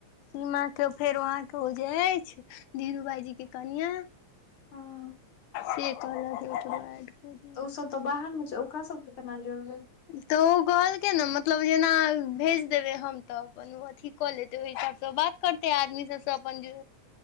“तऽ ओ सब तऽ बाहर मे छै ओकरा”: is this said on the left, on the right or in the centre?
Left